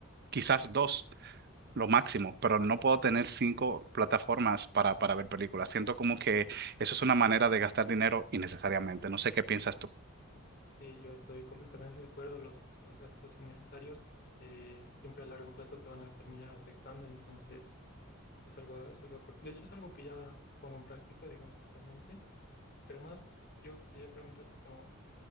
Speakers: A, on the right; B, on the left.
A: quizás dos, lo máximo, pero no puedo tener cinco plataformas para, para ver películas. Siento como que eso es una manera de gastar dinero innecesariamente. No sé qué piensas tú.
B: Y yo estoy completamente de acuerdo, los, los gastos innecesarios eh, siempre a largo plazo te van a terminar afectando, entonces es algo, es algo cor- De hecho, es algo que ya pongo en práctica, digamos, actualmente, pero más yo quería preguntarte como...